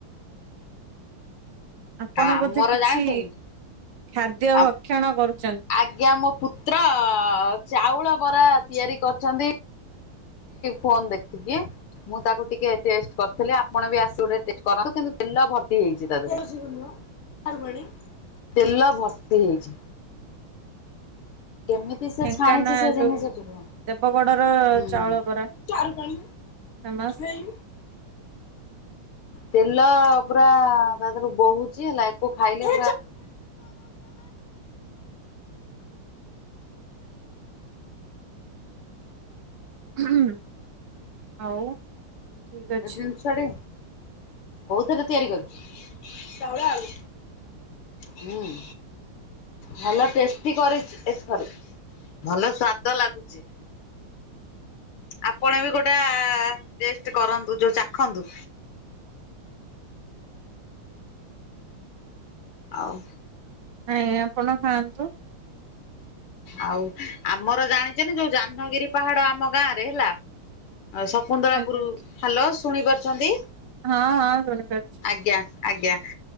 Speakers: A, on the right (about 60°); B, on the left (about 75°).
A: ଆପଣ
B: ଆଉ ଆମର
A: ବୋଧେ କିଛି
B: ଜାଣିଛନି କି
A: ଖାଦ୍ୟ
B: ଆ
A: ଭକ୍ଷଣ କରୁଛନ୍ତି
B: ଆଜ୍ଞା ମୋ ପୁ ତ୍ର ଚାଉଳ ବରା ତିଆରି କରିଛନ୍ତି। ଫୋନ ଦେଖିକି ମୁଁ ତାକୁ ଟିକେ ଟେଷ୍ଟ କରିଥିଲି ଆପଣ ବି ଆସି ଗୋଟେ କରନ୍ତୁ କିନ୍ତୁ ତେଲ ଭର୍ତି ହେଇଛି ତା ଦେହରେ। ତେଲ ଭର୍ତ୍ତି ହେଇଛି। କେମିତି ସେ
A: ଢେଙ୍କାନା
B: ଛାଣିଛି ସେ ଜିନିଷଟିକୁ।
A: ଯୋଉ ଦେବଗଡର
B: ହୁଁ।
A: ଚାଉଳ ବରା
B: ଚାରୁ ପାଣି
A: ଫେମଶ
B: ଏଇ ତେଲ ପୁରା ତା ଦେହରୁ ବୋହୁଚି ହେଲା ଆକୁ ଖାଇଲେ
A: ଉ ହୁଁ ଆଉ ଠିକ ଅଛି।
B: ଏ ଜିନିଷ ଟି କୋଉ ଥରେ ତିଆରି କରୁଛି, ଚାଉଳ ଆଉ। ହୁଁ ଭଲ ଟେଷ୍ଟି କରିଛି କରିଚି ଏଥେରେ ଭଲ ସ୍ଵାଦ ଲାଗୁଚି। ଆପଣ ବି ଗୋଟା ଆ ଟେଷ୍ଟ କରନ୍ତୁ। ଯୋଉ ଚାଖନ୍ତୁ। ଆଉ
A: ନାଇଁ ଆପଣ ଖାଆନ୍ତୁ।
B: ଆଉ ଆମର ଜାଣିଛନ୍ତି ଯୋଉ ଜାହ୍ନଗିରି ପାହାଡ ଆମ ଗାଁ ରେ ହେଲା ଶକୁନ୍ତଳାପୁର
A: ଆଜ୍ଞା
B: ହ୍ୟାଲୋ ଶୁଣି ପାରୁଛନ୍ତି?
A: ହଁ ହଁ ସୁଣିପରୁଚି।
B: ଆଜ୍ଞା ଆଜ୍ଞା।